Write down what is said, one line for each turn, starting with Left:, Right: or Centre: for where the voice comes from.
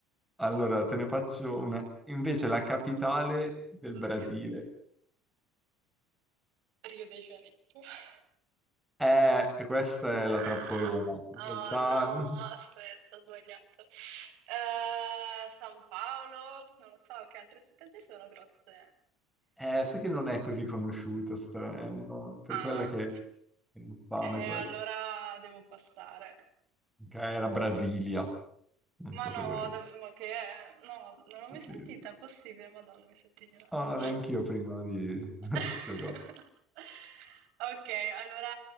Centre: Allora, te ne faccio una. Invece la capitale del
Right: Oddio,
Centre: Brasile.
Right: Rio de Janeiro. <laughs>
Centre: Eh, questa è
Right: Ah!
Centre: la trappolona. In realtà,
Right: Oh no,
Centre: <laughs>
Right: aspetta, ho sbagliato. Eh, San Paolo, non lo so che altre città ci sono grosse.
Centre: eh, sai che non è così conosciuta, stra- è un nome- per
Right: Ah,
Centre: quella che è infame
Right: e
Centre: questa.
Right: allora devo passare.
Centre: Che era Brasilia, non
Right: Ma
Centre: sapevo
Right: no,
Centre: neanche.
Right: dav- ma che è? No, non l'ho mai
Centre: Sì,
Right: sentita,
Centre: sì.
Right: è possibile, Madonna, mi sento ignorante.
Centre: No, no, neanche io prima di <laughs>
Right: <laughs>
Centre: sto co-
Right: Ok, allora